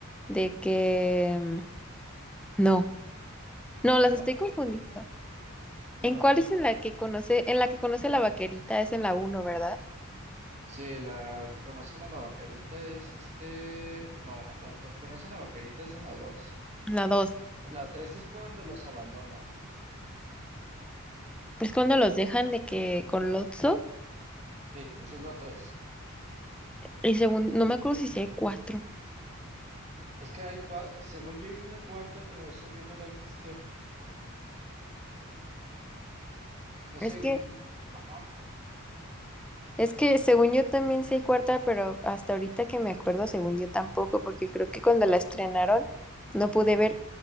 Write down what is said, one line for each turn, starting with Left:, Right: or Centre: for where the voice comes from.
Centre: De que... mm, No, no, las
Right: la
Centre: estoy confundiendo.
Right: no.
Centre: ¿En cuál es en la que conoce, en la que conoce la vaquerita? Es en la uno, ¿verdad?
Right: Sí, la que conocen a la vaquerita es este. No, la que conocen a la vaquerita es en la dos.
Centre: En la dos.
Right: La tres es cuando los abandonan.
Centre: Es cuando los dejan de que con Lotso
Right: Sí, esa es la tres.
Centre: y según, no me acuerdo si sí hay cuatro.
Right: Es que hay cua- según yo hay una cuarta, pero esa yo no la he visto. Así
Centre: Es
Right: en-
Centre: que,
Right: ajá.
Centre: es que según yo también sí hay cuarta, pero hasta ahorita que me acuerdo, según yo tampoco, porque creo que cuando la estrenaron no pude ver.